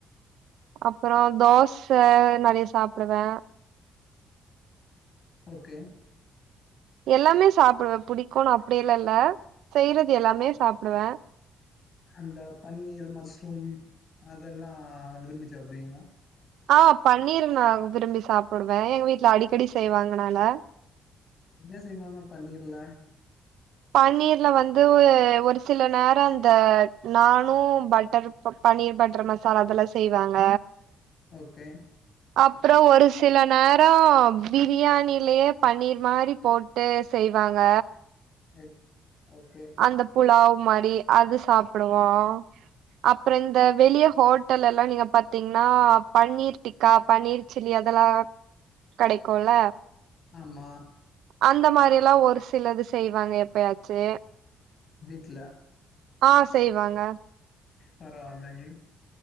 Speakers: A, on the right (about 80°); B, on the left (about 50°).
A: அப்புற தோச நறைய சாப்பிடுவே
B: ஓகே
A: எல்லாமே சாப்பிடு புடிக்கு அப்படியல்ல இல்ல செய்யறது எல்லாமே சாப்பிடுவேன்
B: அந்த பன்னீர் மஸ்ரூம் அதெல்லாம் விரும்பிச்சு சாப்பிடுவீங்க
A: ஆ பன்னீர் நா விரும்பி சாப்பிடுவே எங்க வீட்டுல அடிக்கடி செய்வாங்னால
B: என்ன செய்வாங்க பன்னீர்ல
A: பன்னீர்ல வந்து ஒரு சில நேரம் அந்த நானும் பட்டர் பன்னீர் பட்டர் மசாலா அதெல்லாம் செய்வாங்க
B: ஓகே
A: அப்புறம் ஒரு சில நேர பிரியாணிலயே பன்னீர் மாதிரி போட்டு செய்வாங்க
B: ஓ ஓகே.
A: அந்த புலாவ் மாதிரி அது சாப்பிடுவோம் அப்புற இந்த வெளிய ஹோட்டல் எல்லா நீங்க பாத்தீங்கன்னா பன்னீர் டிக்கா பன்னீர் சில்லி அதெல்லாம் கிடைக்கும் இல்ல
B: ஆமா
A: அந்த மாதிரி எல்லா ஒரு சிலது செய்வாங்க எப்பயாச்சு
B: வீட்டுல
A: ஆ செய்வாங்க
B: பரவ அல்லங்கி <inaudible>